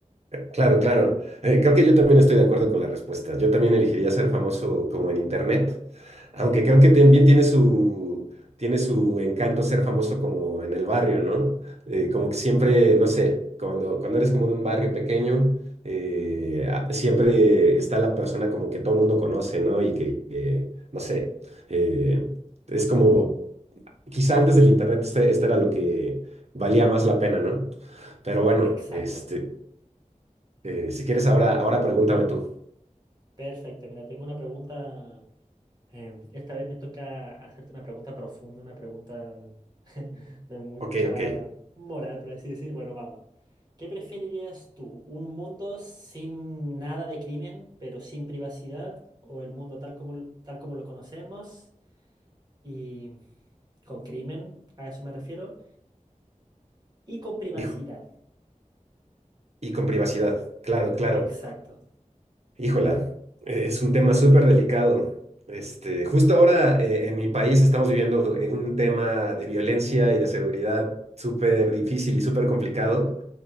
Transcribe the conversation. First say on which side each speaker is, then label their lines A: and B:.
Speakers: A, on the right (about 55°); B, on the right (about 30°).
A: Claro, claro. Eh, creo que yo también estoy de acuerdo con la respuesta. Yo también elegiría ser famoso como en internet, aunque creo que también tiene su, tiene su encanto ser famoso como en el barrio, ¿no? Eh, como que siempre, no sé, cuando, cuando eres como de un barrio pequeño, eh, a- siempre está la persona como que todo el mundo conoce, ¿no? Y que, que, no sé, eh, es como, quizá antes del internet este, este era lo que valía más la pena, ¿no? Pero bueno,
B: Exacto,
A: este... Eh, si quieres, ahora, ahora pregúntame tú.
B: perfecto. Mira, tengo una pregunta Em, esta vez me toca hacerte una pregunta profunda, una pregunta <laughs> de mucha
A: Ok, ok.
B: moral, por así decir. Bueno, vamos. ¿Qué preferirías tú? ¿Un mundo sin nada de crimen, pero sin privacidad? ¿O el mundo tal como, l- tal como lo conocemos y con crimen, a eso me refiero, y con privacidad?
A: Hijo, y con privacidad. Claro, claro.
B: Exacto.
A: Híjola, eh, es un tema súper delicado. Este, justo ahora eh, en mi país estamos viviendo eh, un tema de violencia y de seguridad súper difícil y súper complicado.